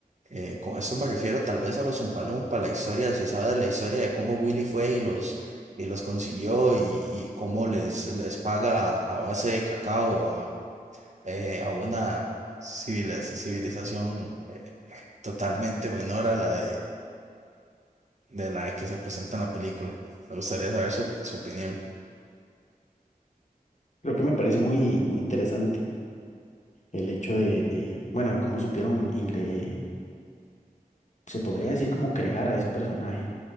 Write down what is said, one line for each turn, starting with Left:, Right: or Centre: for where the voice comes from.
Right: Eh, con esto me refiero tal vez a los Umpalumpa, la historia, si sabes la historia de cómo Willy fue y los, y los consiguió y, y cómo les, les paga a base de cacao a, eh, a una civiliz- civilización totalmente menor a la de, de la que se presenta en la película. Me gustaría saber su, su opinión.
Left: Creo que me parece muy, muy interesante el hecho de, de, bueno, de cómo supieron, ingre- se podría decir como crear a ese personaje,